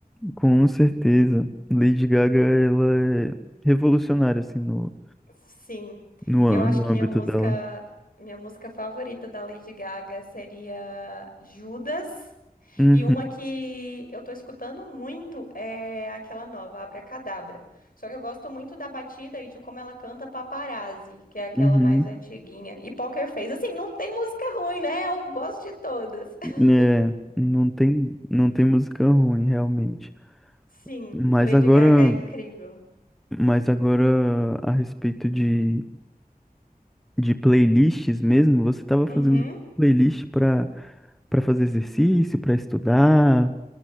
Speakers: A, in the centre; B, on the left.
A: Com certeza. Lady Gaga, ela é revolucionária, assim, no,
B: Sim,
A: no,
B: eu
A: â-
B: acho
A: no
B: que
A: âmbito
B: minha música,
A: dela.
B: minha música favorita da Lady Gaga seria Judas.
A: Uhum,
B: E uma que eu tô escutando muito é aquela nova, Abracadabra. Só que eu gosto muito da batida e de como ela canta Paparazzi, que é aquela
A: uhum.
B: mais antiguinha. E Poker Face, assim, não tem música ruim, né? Eu gosto de todas. <laughs>
A: É, não tem, não tem música ruim, realmente.
B: Sim,
A: Mas
B: Lady
A: agora,
B: Gaga é incrível.
A: mas agora a respeito de de playlists mesmo? Você estava fazendo
B: Uhum.
A: playlist para para fazer exercício, para estudar,